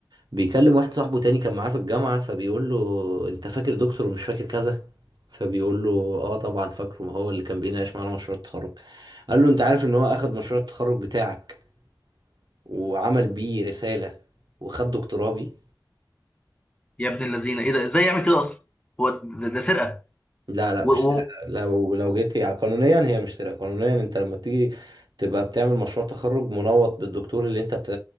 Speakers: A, on the right (about 70°); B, on the left (about 15°).
A: بيكلم واحد صاحبه تاني كان معاه في الجامعة فبيقول له أنت فاكر دكتور ومش فاكر كذا فبيقول له آه طبعا فاكره ما هو اللي كان بيناقش معانا مشروع التخرج قال له أنت عارف إن هو أخد مشروع التخرج بتاعك وعمل بيه رسالة وخد دكتوراه بيه
B: يا ابن اللذينه ايه ده ازاي يعمل كده اصلا هو ده, ده سرقه
A: لا لا
B: و-
A: مش سرقة
B: و-
A: لو لو جيت يعني قانونيا هي مش سرقة قانونيا انت لما بتيجي تبقى بتعمل مشروع تخرج منوط بالدكتور اللي انت بت